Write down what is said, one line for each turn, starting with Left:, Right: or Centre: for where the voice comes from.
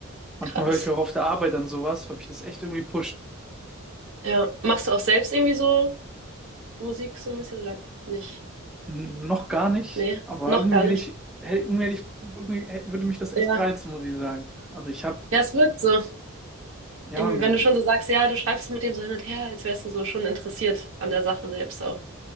Centre: Manchmal
Right: Krass.
Centre: höre ich auch auf der Arbeit dann sowas, weil mich das echt irgendwie pusht.
Right: Ja. Machst du auch selbst irgendwie so Musik so ein bisschen oder nicht?
Centre: N- Noch gar nicht,
Right: Nee,
Centre: aber
Right: noch
Centre: irgendwie
Right: gar
Centre: hätte
Right: nicht.
Centre: ich,
Right: Okay.
Centre: hätte, irgendwie hätte ich, irgendwie hä- würde mich das echt
Right: Ja.
Centre: reizen, muss ich sagen. Also ich habe,
Right: Ja, es wirkt so.
Centre: ja,
Right: Irgendwie,
Centre: mit-
Right: wenn du schon so sagst, ja, du schreibst mit dem so hin und her, als wärst du so schon interessiert an der Sache selbst auch.